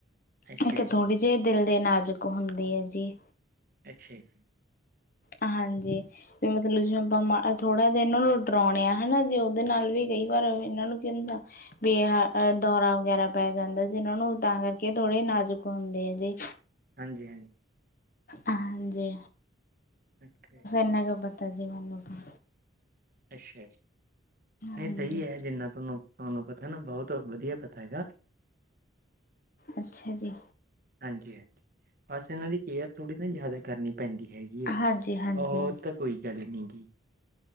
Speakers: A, on the right (about 50°); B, on the left (about 45°).
A: ਅੱਛਾ
B: ਮੈ ਕਿਹਾ, ਥੋੜੇ
A: ਜੀ
B: ਜੇ ਦਿਲ ਦੇ ਨਾਜ਼ੁਕ ਹੁੰਦੇ ਐ ਜੀ।
A: ਅੱਛਾ ਜੀ।
B: ਹਾਂਜੀ। ਵੀ ਮਤਲਬ ਜਿਵੇਂ ਆਪਾਂ ਮਾੜਾ ਥੋੜਾ ਜਿਆ ਇੰਨਾਂ ਨੂੰ ਡਰੋਣੇ ਆ, ਹੈਨਾ ਜੀ। ਓਹਦੇ ਨਾਲ ਵੀ ਕਈ ਵਾਰ ਇੰਨਾਂ ਨੂੰ ਕਹਿੰਦਾ ਬਈ ਹਾਂ, ਅ ਦੌਰਾ ਵਗੈਰਾ ਪੈ ਜਾਂਦਾ ਜੀ ਇਨਾਂ ਨੂੰ ਤਾਂ ਕਰਕੇ ਥੋੜੇ ਨਾਜ਼ੁਕ ਹੁੰਦੇ ਆ ਜੀ।
A: ਹਾਂਜੀ-ਹਾਂਜੀ।
B: ਹਾਂਜੀ।
A: ਓਕੇ।
B: ਮੈਂ ਕਿਹਾ ਪਤਾ ਜੀ ਮੈਨੂੰ ਕਹਾਂ
A: ਅੱਛਾ ਜੀ। ਨਹੀਂ
B: ਹਾਂਜੀ
A: ਸਹੀ ਹੈ, ਜਿੰਨਾ ਤੁਹਾਨੂੰ ਤੁਹਾਨੂੰ ਪਤਾ ਨਾ, ਬਹੁਤ ਵਧੀਆ ਪਤਾ ਹੈਗਾ।
B: ਅੱਛਾ ਜੀ।
A: ਹਾਂਜੀ-ਹਾਂਜੀ। ਬਸ ਇਹਨਾਂ ਦੀ ਕੇਅਰ ਥੋੜ੍ਹੀ ਨਾ ਜ਼ਿਆਦਾ ਕਰਨੀ ਪੈਂਦੀ ਹੈਗੀ। ਜੀ ਆਹ,
B: ਹਾਂਜੀ ਹਾਂਜੀ
A: ਓ ਤਾਂ ਕੋਈ ਗੱਲ ਨੀ ਗੀ।